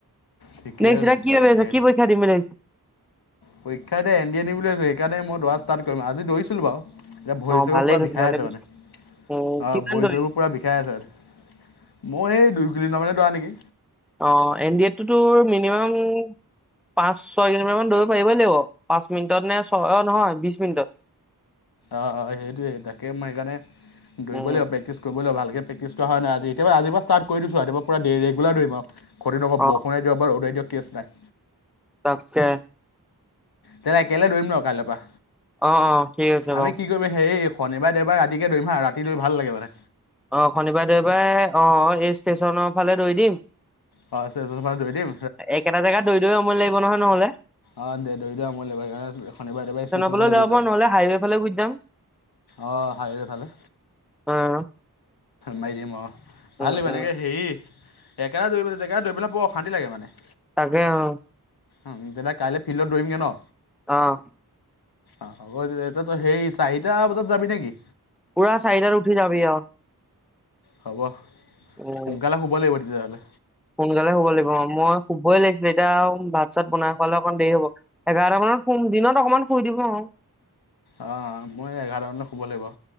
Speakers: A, on the left; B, in the centre.
A: ঠিকে
B: নেক্সট
A: আছে
B: এতিয়া
A: তেতিয়াহ'লে
B: কি
A: দেই
B: - কি পৰীক্ষা দিম বুলি ভা
A: পৰীক্ষা এতি এন ড এ দি বুলি ভাবিছো সেইকাৰণেইদৌৰা ষ্টাৰ্ট কৰিম আজি দৌৰিছিলো বাৰু। এতিয়া ভৰি
B: অ
A: চৰিবোৰ
B: ভালে
A: পুৰা
B: কৈছো
A: বিষাই
B: ভালে
A: আছে
B: কৈছো
A: মানে অ,
B: উম কিমান
A: ভৰি
B: দৌৰিলি
A: চৰিবোৰ পুৰা বিষাই আছে। মই সেই দুই ক দিনা মানে তৰা নেকি?
B: অ, এন ডি এফ টোৰ মিনিমাম পাচ ছয় কিলোমিটাৰ মান ধৰিব পাৰিবই লাগিব পাচ মিনিটত নে ছয় অ, নহয় বিশ মিনিটত।
A: অ - অ সেইটোয়ে তাকে মই সেইকাৰণে দৌৰিব
B: উম
A: লাগিব প্ৰেক্টিচ কৰিব লাগিব ভালকে। প্ৰেক্টিছ কৰা হয় নাই আজি এতিয়া আজিৰ পৰা ষ্টাৰ্ট কৰি দিছো এতিয়াৰ পৰা ৰেগুলাৰ দৌৰিম আৰু খতিক
B: অ
A: বৰষুণে দিয়ক বা ৰদে দিয়ক। কেছ নাই।
B: তাকে।
A: তেনে একেলে দৌৰিম ন কাইলে পৰা।
B: অ- অ ঠিক আছে
A: আমি
B: বাৰু।
A: কি কৰিম হেৰি শনিবাৰে দেবাৰে ৰাতিকে দৌৰম হা ৰাতি দৌৰি ভাল লাগে মানে।
B: অ, শনিবাৰ দেবাৰে অ, এই ষ্টেচনৰ ফালে দৌৰি দিম।
A: অঁ দৌৰি দিম
B: একেটা জেগাত দৰি - দৰি সময় লাগিব নহয় নহলে।
A: অ, দে দেৰি দিয় মইব সেইকাৰণে শনিবাৰে একবাৰে ষ্টেচনৰ
B: ফালেও
A: ফালে
B: যাব
A: গুছি যাম।
B: পাৰো নহ'লে হাইৱে ফালে গুচি যাম।
A: অ, হাইৰে ভালে।
B: উম
A: মাৰি দিম অ,
B: উম।
A: ভাল দিবা নেকে হেৰি ডেকা দৌৰিলৈ জে দৰিবলৈ বৰ অশান্তি লাগে মানে।
B: তাকে অ,
A: উম, তেতিয়া কাইলে ফিল্ডত দৌৰিমগে ন।
B: অহ',
A: অহ, হ'ব এতিয়াত সেই চাৰিটা বজাত যাবি নেকি?
B: পুৰা চাৰিদাৰ উঠি যাবি আৰু।
A: হ'ব
B: উম
A: সোনকালে শুব লাগিব তেতিয়াহ'লে।
B: সোনকালে শুব লাগিব মই শুবই লাগিছিলে এতিয়া ভাত চাত বনাই খালে অকণ দেৰি হ'ব এঘাৰটা মানত ম দিনত অকনমান ফুই দিম অ,
A: অ, মই এঘাৰামানলৈ শুব লাগিব।